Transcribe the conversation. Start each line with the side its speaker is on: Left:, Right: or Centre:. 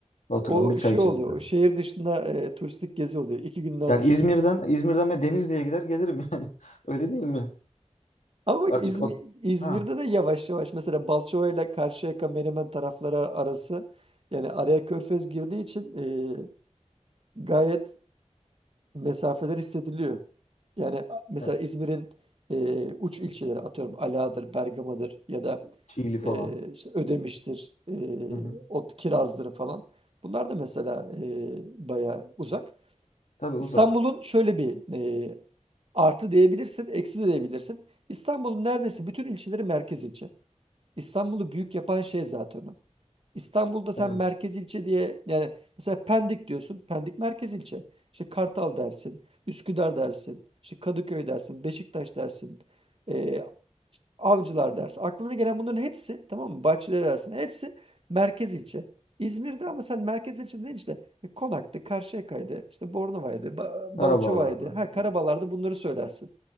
Left: Oturalım
Right: O
Left: bir çay
Right: şey
Left: içelim
Right: oluyor.
Left: dedim.
Right: O şehir dışında eee, turistik gezi oluyor. İki gününü alır.
Left: Yani İzmir'den İzmir'den ben Denizli'ye gider gelirim <laughs> yani. Öyle değil mi?
Right: Ama bak
Left: Açık
Right: İzmi-
Left: ot.
Right: İzmir'de
Left: Ha.
Right: de yavaş yavaş mesela Balçova ile Karşıyaka Menemen tarafları arası yani araya Körfez girdiği için e, gayet mesafeler hissediliyor. Yani a- mesela
Left: E,
Right: İzmir'in e, uç ilçeleri atıyorum Ala'dır, Bergama'dır ya da
Left: Çiğli falan.
Right: e, işte Ödemiş'tir, e,
Left: Hı hı.
Right: o Kiraz'dır falan. Bunlar da mesela e, baya uzak.
Left: Tabii uzak.
Right: İstanbul'un şöyle bir e, artı diyebilirsin, eksi de diyebilirsin. İstanbul'un neredeyse bütün ilçeleri merkez ilçe. İstanbul'u büyük yapan şey zaten o. İstanbul'da sen
Left: Evet.
Right: merkez ilçe diye yani mesela Pendik diyorsun. Pendik merkez ilçe. İşte Kartal dersin, Üsküdar dersin, işte Kadıköy dersin, Beşiktaş dersin. e, Avcılar dersin. Aklına gelen bunların hepsi tamam mı? Bahçeleri dersin. Hepsi merkez ilçe. İzmir'de ama sen merkez ilçe deyince işte Konak'tı, Karşıyaka'ydı, işte Bornova'ydı, Ba-
Left: Karabağlar
Right: Balçova'ydı.
Left: var.
Right: Ha Karabalar'da
Left: Ha.
Right: bunları söylersin.